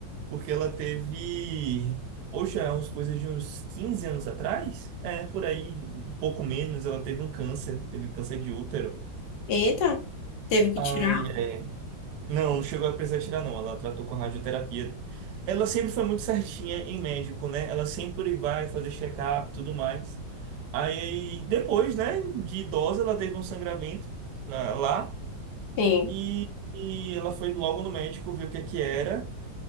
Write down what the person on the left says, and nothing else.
Eita, teve que
tirar?
Sim.